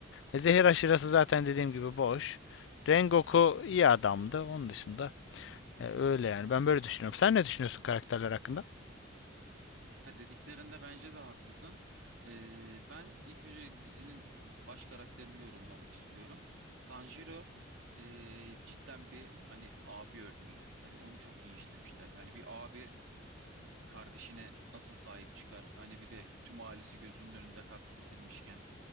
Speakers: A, on the left; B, on the right.
A: E, zehir aşırası zaten dediğim gibi boş. Rengoku iyi adamdı. Onun dışında e, öyle yani. Ben böyle düşünüyorum. Sen ne düşünüyorsun karakterler hakkında?
B: Ya dediklerinde bence de haklısın. Ee, ben ilk önce dizinin baş karakterini yorumlamak istiyorum. Tanjiro ee, cidden bir hani abi örneği. Hani onu çok iyi işlemişler. Hani bir abi kardeşine nasıl sahip çıkar? Hani bir de tüm ailesi gözünün önünde katledilmişken